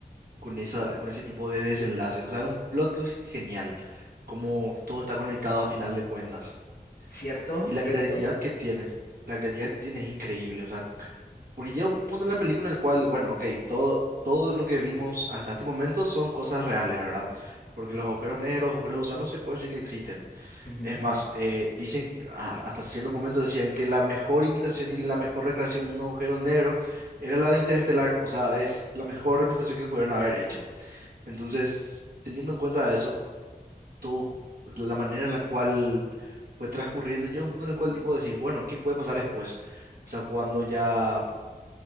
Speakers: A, on the right (about 70°); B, on the left (about 70°).
A: con esa, con ese tipo de desenlace. O sea, es un plot twist genial. Cómo todo está conectado a final de cuentas.
B: ¿Cierto?
A: Y
B: ¿Cierto?
A: la creatividad que tiene, la creatividad que tiene es increíble. O sea, porque llega un punto en la película en el cual, bueno, ok, todo, todo lo que vimos hasta este momento son cosas reales, ¿verdad? Porque los agujeros negros, agujeros gusanos se puede decir que existen.
B: Ujú.
A: Es más, eh, dicen, a- hasta cierto momento decían que la mejor imitación y la mejor recreación de un agujero negro era la de Interestelar, o sea, es la mejor representación que pudieron haber hecho. Entonces, teniendo en cuenta eso, todo, la manera en la cual fue transcurriendo, llega un punto en el cual tipo decís, bueno, ¿qué puede pasar después? O sea, cuando ya